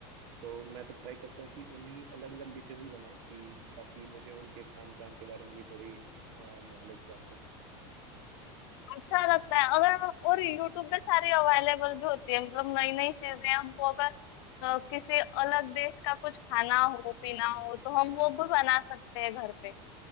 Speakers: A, on the right; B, on the left.
A: तो मैं तो ट्राई करता हूँ कि उन्हीं अलग अलग डिशेस ही बनाऊं कि ताकि मुझे उनके खान पान के बारे में भी थोड़ी नॉलेज प्राप्त हो
B: अच्छा लगता है अगर और यूट्यूब पे सारी अवेलेबल भी होती है मतलब नई नई चीजें हमको अगर अ, किसी अलग देश का कुछ खाना हो पीना हो तो हम वो भी बना सकते हैं घर पे